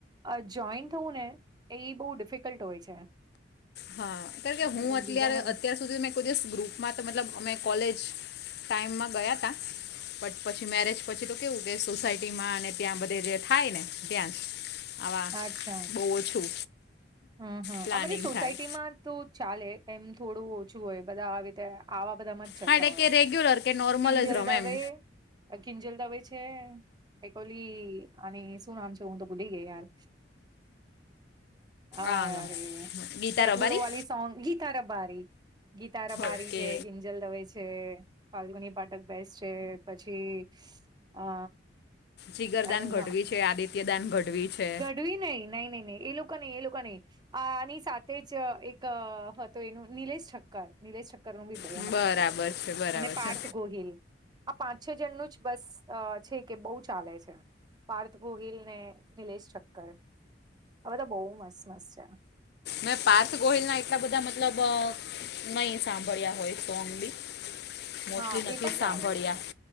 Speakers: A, on the right; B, on the left.
A: અ જોઈન થવું ને એ બહુ ડિફિકલ્ટ હોય છે.
B: હા કારણ કે હું
A: એ
B: અત્યારે
A: બીજાના
B: અત્યાર સુધી મેં કોઈ દિવસ ગ્રુપમાં તો મતલબ અમે કોલેજ ટાઈમમાં ગયાતા બટ પછી મેરેજ પછી તો કેવું કે સોસાયટીમાં અને ત્યાં બધે જે થાય ને ત્યાં જ આવા
A: અચ્છા
B: બહુ ઓછું
A: હહ હહ
B: પ્લાનિંગ
A: અમરી સોસાયટી
B: થાય
A: માં તો ચાલે એમ થોડું ઓછું હોય બધા આવી રીતે આવા બધામાં જતા
B: હા એટલે
A: હોય.
B: કે રેગ્યુલર કે નોર્મલ
A: કિંજલ
B: જ રમે
A: દવે
B: એમ
A: કિંજલ દવે છે એક ઓલી આની શું નામ છે હું તો ભૂલી ગઈ યાર અ
B: આ
A: અરે
B: ગીતા
A: ટેટુડો
B: રબારી
A: વાલી સોંગ ગીત તા રબારી ગીતા રબારી
B: ઓકે
A: છે, કિંજ જલ દવે છે ફાલ્ગુની પાટક બેસ છે પછી અ
B: જીગરદાન
A: એનું
B: ગઢવી છે આદિત્ય દાન ગઢવી છે
A: વી ન નહી નહી ન એ લોકો નહી એ લોકો નહિ આની સાથે જ એક હતો એનું નિલેશ ઠક્કર નિલેશ ઠક્કરનુંું બી બહુ
B: બરાબર
A: નામ છે
B: છે બરાબર
A: અને પાર્થ
B: છે
A: ગોહિલ આ પાંચ છ જણનુંું જ બસ છે કે બહુ ચાલે છે પાર્થ ગોહિલ ને નિલેશ ઠક્કર આ બધા બહુ મસ્ત મસ્ત છે
B: મે પાર્થ ગોહિલ ના એટલા બધા મતલબ નહી સાંભળ્યા હોય સોંગ બી મોસ્ટલી
A: હા
B: નથી
A: એ પણ
B: જ સાંભળ્યા
A: સારું છે